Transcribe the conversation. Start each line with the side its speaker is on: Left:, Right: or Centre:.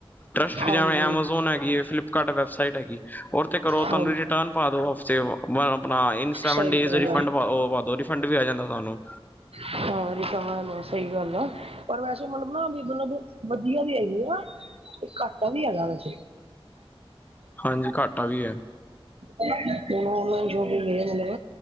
Left: ਟਰੱਸਟਡ
Right: ਹਾਂਜੀ
Left: ਜਿਵੇਂ ਐਮਾਜੋਨ ਹੈਗੀਏ ਫਲਿੱਪਕਾਰਟ ਵੈ। ਪੇਅਮੈਟ ਹੈਗੀ ਉਹਦੇ ਤੇ ਕਰੋਂ
Right: ਹਾਂਜੀ
Left: ਤੁਹਾਂਨੂੰ ਰਿਟਰਨ ਪਾ ਦੋ ਉੱਥੇ ਆਪਣਾਂ ਈਨ ਸੈਵਨ
Right: ਸਹੀ
Left: ਡੇਜ।
Right: ਗੱਲ ਆ
Left: ਫੰਡ ੲੌ ਰਿਫੰਡ ਵੀ ਆ ਜਾਂਦਾ ਤੁਹਾਂਨੂੰ।
Right: ਹਾਂ ਤਾਂ ਸਹੀ ਗੱਲ਼ ਆ। ਪਰ ਵੈਸੇ ਮੱਤਲਬ ਨਾ ਵੀ ਮੱਤਲਬ ਵਧੀਆਂ ਵੀ ਹੈਗੇ ਵਾ। ਤੇ ਘਾਟਾਂ ਵੀ ਹੈਗਾ ਵੈਸੇ।
Left: ਹਾਂਜੀ ਘਾਟਾਂ ਵੀ ਹੈਂ।
Right: ਉਹਨੂੰ ਔਨਲਾਈਨ ਸ਼ੋਪਿੰਗ।